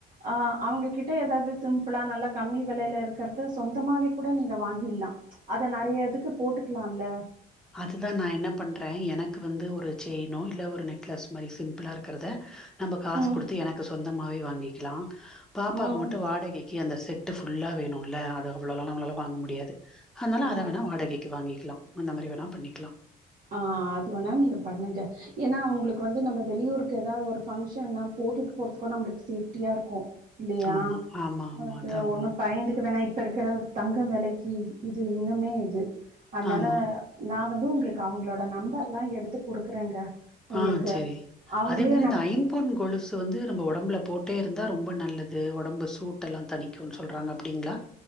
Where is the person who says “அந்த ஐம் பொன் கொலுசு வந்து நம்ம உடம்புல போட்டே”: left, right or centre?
Centre